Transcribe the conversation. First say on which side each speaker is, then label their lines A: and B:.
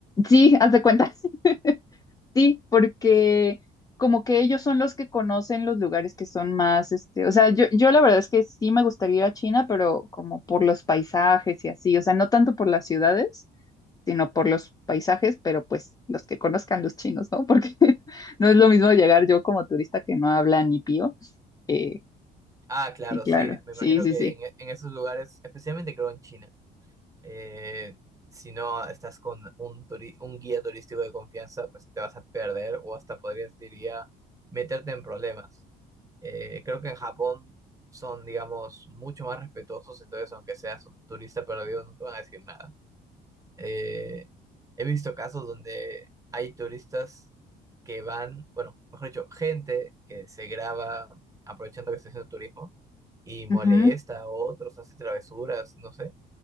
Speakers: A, on the left; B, on the right.
A: sí, haz de cuenta. <laughs> Sí, porque como que ellos son los que conocen los lugares que son más, este, o sea, yo, yo la verdad es que sí me gustaría ir a China, pero como por los paisajes y así, o sea, no tanto por las ciudades, sino por los paisajes, pero pues los que conozcan los chinos, ¿no? Porque <laughs> no es lo mismo llegar yo como turista que no habla ni pío. Eh,
B: Ah, claro,
A: sí, claro,
B: sí, me
A: sí,
B: imagino
A: sí,
B: que
A: sí.
B: en, en esos lugares, especialmente creo en China, eh, si no estás con un, turi- un guía turístico de confianza, pues te vas a perder o hasta podrías, diría, meterte en problemas. Eh, creo que en Japón son, digamos, mucho más respetuosos, entonces aunque seas un turista perdido, no te van a decir nada. Eh, he visto casos donde hay turistas que van, bueno, mejor dicho, gente que se graba aprovechando que está haciendo turismo y molesta
A: Ujú.
B: a otros, hace travesuras, no sé.